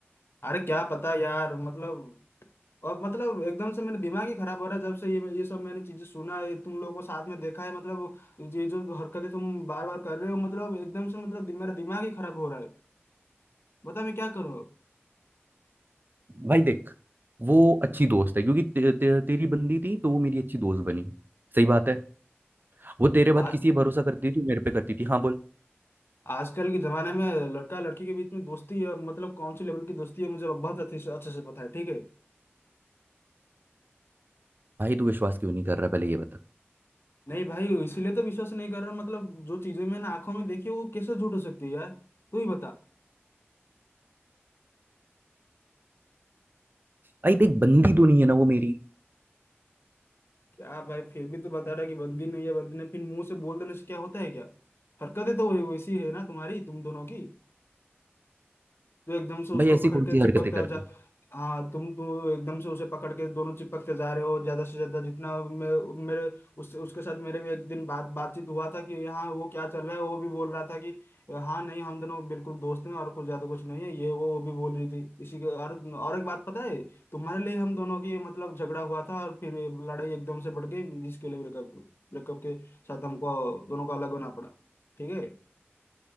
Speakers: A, on the left; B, on the right.
A: अरे क्या पता यार मतलब और मतलब एकदम से मेरा दिमाग ही खराब हो रहा है जब से ये ये सब मैंने चीजें सुना है तुम लोगों को साथ में देखा है मतलब ये जो हरकतें तुम बार बार कर रहे हो मतलब एकदम से मतलब दि- मेरा दिमाग ही खराब हो रहा है बता मैं क्या करूं
B: भाई देख वो अच्छी दोस्त है क्योंकि ते, ते, तेरी बंदी थी तो वो मेरी अच्छी दोस्त बनी सही बात है वो तेरे बाद
A: आज
B: किसी पे भरोसा करती थी तू मेरे पे करती थी हाँ बोल
A: आजकल के जमाने में लड़का लड़की के बीच में दोस्ती है मतलब कौन सी लेवल की दोस्ती है मुझे बहुत अच्छे से अच्छे से पता है ठीक है
B: भाई तू विश्वास क्यों नहीं कर रहा पहले ये बता
A: नहीं भाई इसीलिए तो विश्वास नहीं कर रहा मतलब जो चीजें मैंने आंखों में देखी वो कैसे झूठ हो सकती है यार तू ही बता
B: भाई देख बंदी तो नहीं है ना वो मेरी
A: क्या भाई फिर भी तो बता रहा है कि बंदी नहीं है बंदी ने फिर मुंह से बोल देने से क्या होता है क्या हरकतें तो वही- वैसी है ना तुम्हारी तुम दोनों की तो एकदम से उसको
B: भाई ऐसी
A: पकड़
B: कौन
A: के
B: सी
A: चिपकता
B: हरकतें करती
A: जा हाँ तुम तो एकदम से उसे पकड़ के दोनों चिपकते जा रहे हो ज्यादा से ज्यादा जितना मैं मेरे उस उसके साथ मेरे भी एक दिन बात बातचीत हुआ था कि हाँ वो क्या चल रहा है वो भी बोल रहा था कि हाँ नहीं हम दोनों बिल्कुल दोस्त हैं और कुछ ज्यादा कुछ नहीं है ये वो वो भी बोल रही थी इसी के और और एक बात पता है तुम्हारे लिए हम दोनों की मतलब झगड़ा हुआ था और फिर ये लड़ाई एकदम से बढ़ गई जिसके लिए ब्रेकअप ब्रेकअप के साथ हमको दोनों को अलग होना पड़ा ठीक है